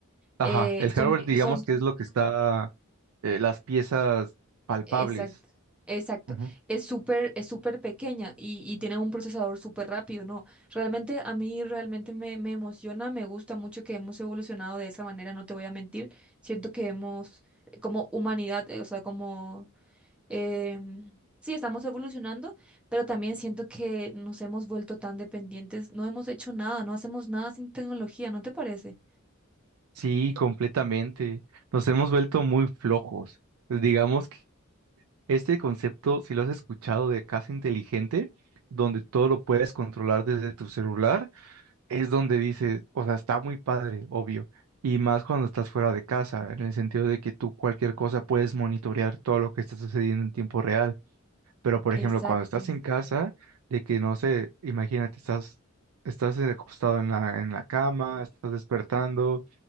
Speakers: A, on the right; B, in the centre.
A: Ajá,
B: Eh,
A: el hardware
B: son,
A: Eh, digamos
B: son
A: que es lo que está, eh, las piezas palpables.
B: Exacto, exacto.
A: Ujú.
B: Es súper, es súper pequeña y, y tiene un procesador súper rápido, ¿no? Realmente a mí realmente me, me emociona, me gusta mucho que hemos evolucionado de esa manera, no te voy a mentir. Siento que hemos, eh, como humanidad, eh, o sea, como, em, sí, estamos evolucionando, pero también siento que nos hemos vuelto tan dependientes, no hemos hecho nada, no hacemos nada sin tecnología, ¿no te parece?
A: Sí, completamente. Nos hemos vuelto muy flojos. Pues, Digamos que este concepto, si lo has escuchado de casa inteligente, donde todo lo puedes controlar desde tu celular, es donde dices, o sea, está muy padre, obvio, y más cuando estás fuera de casa, en el sentido de que tú cualquier cosa puedes monitorear todo lo que está sucediendo en tiempo real, pero por
B: Exacto,
A: ejemplo, cuando estás en casa, de que no sé, imagínate, estás, estás eh, acostado en la, en la cama, estás despertando